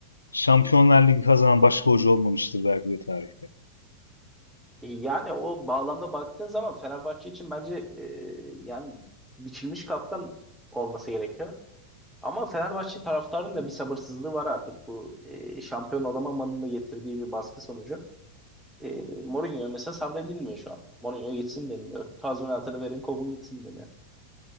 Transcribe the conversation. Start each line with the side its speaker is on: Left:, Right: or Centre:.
Left: Şampiyonlar Ligi kazanan başka hoca olmamıştır belki de tarih.
Centre: E, Yani o bağlamda baktığın zaman Fenerbahçe için bence e, yani biçilmiş kaftan olması gerekiyor. Ama Fenerbahçe taraftarının da bir sabırsızlığı var artık bu e, şampiyon olamamanın da getirdiği bir baskı sonucu. E, Mourinho mesela sabredilmiyor şu an. Mourinho gitsin deniliyor. Tazminatını verin kovun gitsin deniyor.